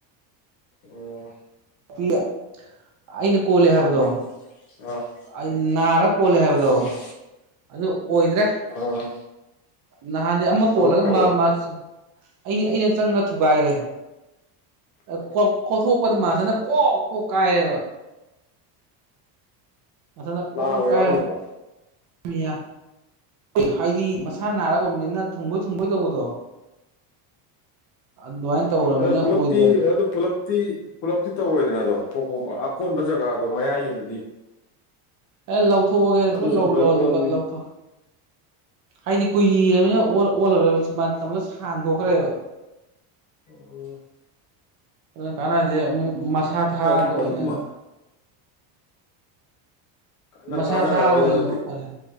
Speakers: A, on the left; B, on the right.
A: ꯑꯣ
B: <unintelligible> ꯑꯩꯅ ꯀꯣꯜꯂꯦ ꯍꯥꯏꯕꯗꯣ
A: ꯑꯣ ꯑꯥ
B: ꯑꯩ ꯅꯥꯔ ꯀꯣꯜꯂꯦ ꯍꯥꯏꯕꯗꯣ
A: ꯑꯥ
B: ꯑꯗꯨ ꯑꯣꯏꯗ꯭ꯔꯦ
A: ꯑꯥ
B: ꯅꯍꯥꯟꯗꯤ ꯑꯃ
A: ꯊꯣꯛꯂꯛꯈ꯭ꯔꯕꯣ
B: ꯀꯣꯜꯂꯒ ꯃꯥ ꯃꯥ ꯑꯩ ꯑꯩꯅ ꯆꯪꯉ ꯊꯨꯒꯥꯏꯔꯦ ꯑ
A: ꯑꯣ
B: ꯈꯣꯠ ꯈꯣꯠ ꯊꯣꯛꯄꯗ ꯃꯥꯊꯟꯗ ꯄꯣꯛ ꯄꯣꯛ ꯀꯥꯏꯑꯦꯕ ꯃꯊꯟꯅ ꯄꯣꯛ
A: ꯂꯥꯕ
B: ꯄꯣꯛ ꯀꯥꯏꯔꯝ
A: ꯌꯥꯎꯈꯤꯗ꯭ꯔꯣ
B: ꯃꯤꯌꯥ ꯍꯥꯏꯗꯤ ꯃꯁꯥ ꯅꯥꯔꯒꯣꯟꯕꯅꯤꯅ ꯊꯨꯡꯕꯣꯏ ꯊꯨꯡꯕꯣꯏ ꯇꯧꯕꯗꯣ ꯑꯗꯨꯃꯥꯏꯅ ꯇꯧꯔꯕꯅꯤꯅ
A: ꯑꯣ ꯑꯗꯨ ꯄꯨꯂꯞꯇꯤ
B: ꯑꯣꯏꯗ꯭ꯔꯕ
A: ꯑꯗꯨ ꯄꯨꯂꯞ ꯇꯤ ꯄꯨꯂꯞꯇꯤ ꯇꯧꯔꯣꯏꯗꯅ ꯑꯗꯣ ꯄꯣꯛꯄꯝ ꯑꯀꯣꯟꯕ ꯖꯒꯥꯗꯣ ꯃꯌꯥꯏꯒꯤꯗꯨꯗꯤ
B: ꯑꯦ ꯂꯧꯊꯣꯛꯑꯒꯦꯅ
A: ꯑꯗꯨꯁꯨ
B: ꯄꯨꯂꯞ
A: ꯂꯣꯏ
B: ꯂꯧ
A: ꯑꯣꯟ
B: ꯂꯧ ꯂꯧꯊꯣꯛ ꯍꯥꯏꯗꯤ ꯀꯨꯏꯔꯝꯅꯤꯅ ꯑꯣꯜ ꯑꯣꯜꯂꯔꯣꯏꯕ ꯃꯇꯝꯗꯣ ꯁꯥꯡꯗꯣꯛꯈ꯭ꯔꯦꯕ
A: ꯑꯣ ꯑꯣ
B: ꯑꯗꯨꯅ ꯀꯥꯟꯅꯗꯦ ꯑꯃꯨꯛ ꯃꯁꯥ
A: ꯑꯗꯨꯝꯕ
B: ꯊꯥꯛꯑꯒ ꯑꯣꯏꯅ
A: ꯑꯗꯨꯝꯕ ꯀꯥꯟꯅ
B: ꯃꯁꯥ
A: ꯀꯥꯟꯅꯔꯔꯣꯏꯗ
B: ꯊꯥꯑꯒ ꯑꯣꯏꯅ
A: ꯑꯗꯨꯗꯤ
B: ꯇꯧ ꯐꯔꯦ